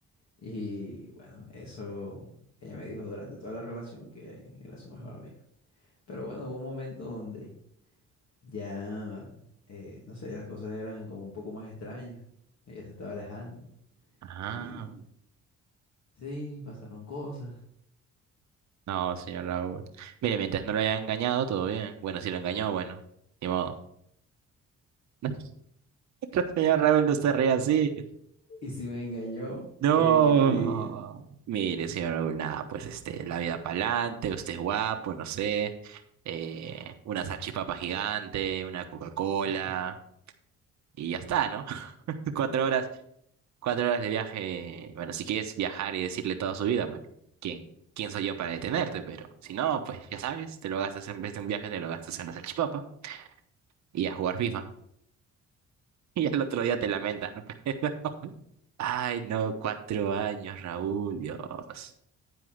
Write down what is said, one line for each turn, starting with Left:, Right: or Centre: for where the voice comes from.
Left: Y bueno, eso ella me dijo durante toda la relación que era su mejor amigo. Pero bueno, hubo un momento donde ya, eh, no sé, las cosas eran como un poco más extrañas, ella se estaba alejando
Right: ah.
Left: y sí, pasaron cosas.
Right: No, señor Raúl. Mire, mientras no lo haya engañado, todo bien. Bueno, si lo engañó, bueno, ni modo. <laughs> Señor Raúl, no se ríe así.
Left: Y si me engañó,
Right: No.
Left: ¿qué, qué me dirías?
Right: No. Mire, señor Raúl, nada, pues este, la vida para adelante, usted es guapo, no sé. eh, una salchipapa gigante, una Coca-Cola,
Left: <laughs>
Right: y ya está, ¿no? <laughs> Cuatro horas. Cuatro horas de viaje, bueno, si quieres viajar y decirle toda su vida, bueno, ¿quién, quién soy yo para detenerte? Pero si no, pues ya sabes, te lo gastas en vez de un viaje, te lo gastas en la salchipapa y a jugar FIFA. <laughs> Y al otro día te lamentas, ¿no? <laughs> Ay, no, cuatro años, Raúl, Dios.